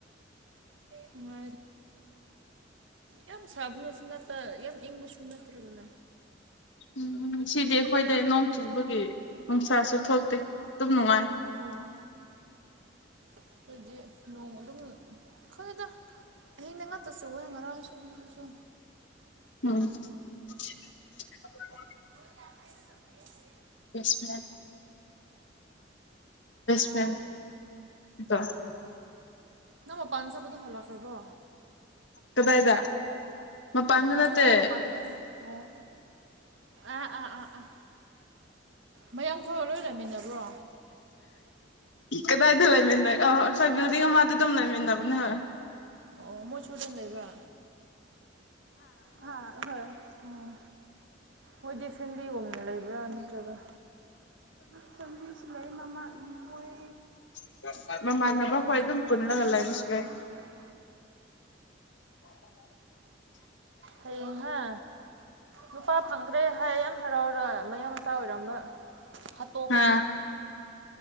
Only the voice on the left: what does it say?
ꯎꯝ ꯁꯤꯗꯤ ꯑꯩꯈꯣꯏꯗ ꯅꯣꯡ ꯆꯨꯕꯒꯤ ꯅꯨꯡꯁꯥꯁꯨ ꯊꯣꯛꯇꯦ ꯑꯗꯨꯝ ꯅꯨꯡꯉꯥꯏ
<unintelligible>
ꯕꯦꯁ ꯐ꯭ꯔꯦꯟ <unintelligible>
ꯀꯗꯥꯏꯗ ꯃ ꯄꯥꯟꯗ ꯅꯠꯇ
ꯀꯗꯥꯏꯗ ꯂꯩꯃꯤꯟꯅ ꯑꯣꯏ ꯑꯁꯥꯏ ꯕꯤꯜꯗꯤꯡ ꯑꯃꯗ ꯑꯗꯨꯝ ꯂꯩꯃꯤꯟꯅꯕꯅꯦ ꯍꯣꯏ
<unintelligible>
ꯈꯣꯏ
ꯑꯗꯨꯝ
ꯄꯨꯜꯂꯒ
ꯂꯩꯕꯁꯨ ꯂꯩ
ꯑ